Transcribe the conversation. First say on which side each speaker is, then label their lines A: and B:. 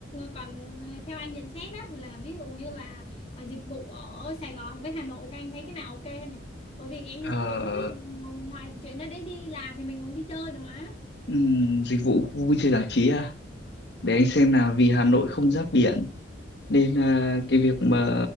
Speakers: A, on the left (about 35°); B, on the left (about 60°).
A: còn theo anh nhận xét á là ví dụ như là ờ, dịch vụ ở Sài Gòn với Hà Nội thì anh thấy cái nào ok hơn nhỉ bởi vì em
B: Ờ,
A: kiểu ví dụ ngoài chuyện đó đấy đi làm thì mình còn đi chơi được mà
B: ừm, dịch vụ khu vui chơi giải trí à để anh xem nào vì Hà Nội không giáp biển nên à, cái việc mà